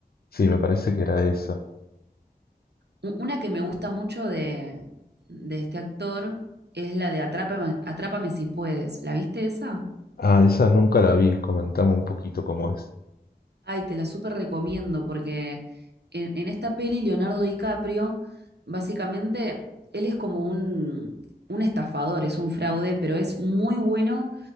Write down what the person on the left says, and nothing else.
Sí, me parece que era esa.
Ah, esa nunca la vi, comentame un poquito cómo es.